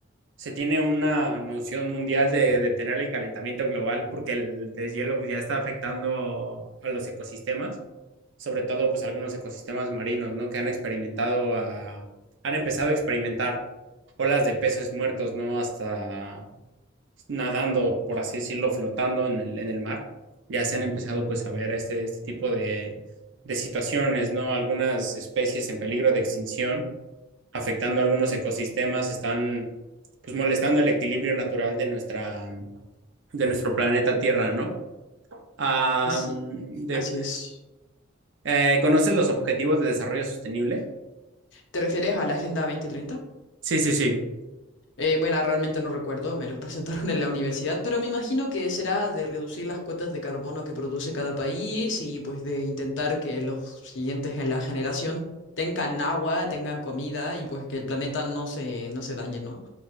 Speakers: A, on the right; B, on the left.
A: se tiene una noción mundial de detener el calentamiento global porque el deshielo ya está afectando a los ecosistemas. sobre todo pues algunos ecosistemas marinos, ¿no? Que han experimentado a, han empezado a experimentar olas de peces muertos, ¿no? Hasta nadando, por así decirlo, flotando en el, en el mar. Ya se han empezado pues a ver este, este tipo de, de situaciones, ¿no? Algunas especies en peligro de extinción, afectando a algunos ecosistemas, están pues molestando el equilibrio natural de nuestra, de nuestro planeta Tierra, ¿no? Ah,
B: Así,
A: de,
B: así es.
A: eh, ¿Conoces los objetivos de desarrollo sostenible?
B: ¿Te refieres a la Agenda dos mil treinta
A: Sí, sí, sí.
B: Eh, bueno, realmente no recuerdo, me los <laughs> presentaron en la universidad, pero me imagino que será de reducir las cuotas de carbono que produce cada país y pues de intentar que los siguientes en la generación tengan agua, tengan comida y pues que el planeta no se, no se dañe, ¿no?